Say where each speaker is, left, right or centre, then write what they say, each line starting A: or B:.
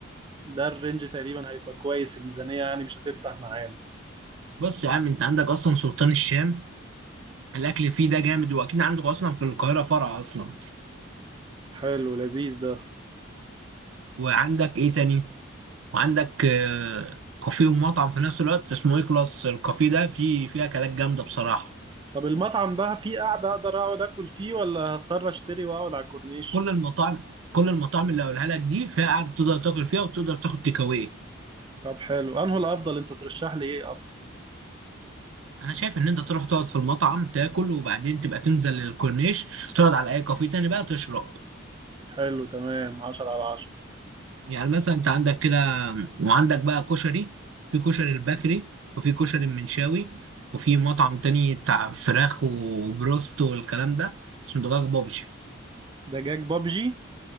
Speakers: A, on the right; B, on the right.
A: ده الرينج تقريبا هيبقى كويس الميزانية يعني مش هتفتح معانا
B: بص يا عم انت عندك اصلا سلطان الشام الاكل فيه ده جامد واكيد عندك اصلا في القاهره فرع اصلا
A: حلو لذيذ ده
B: وعندك ايه تاني وعندك آه، كافيه ومطعم في نفس الوقت اسمه ايه كلاس الكافيه ده فيه فيه اكلات جامده بصراحه
A: طب المطعم ده فيه قعدة اقدر اقعد اكل فيه ولا هضطر اشتري واقعد على الكورنيش
B: كل المطاعم كل المطاعم اللي هقولها لك دي فيها قاعد تقدر تاكل فيها وتقدر تاخد تيك أواي.
A: طب حلو انه الافضل انت ترشح لي ايه افضل
B: انا شايف ان انت تروح تقعد في المطعم تاكل وبعدين تبقى تنزل للكورنيش تقعد على اي كافيه تاني بقى تشرب
A: حلو تمام عشرة على عشرة
B: يعني مثلا انت عندك كده وعندك بقى كشري في كشري البكري وفي كشري المنشاوي وفي مطعم تاني بتاع فراخ وبروست والكلام ده اسمه دجاج بابجي
A: دجاج بابجي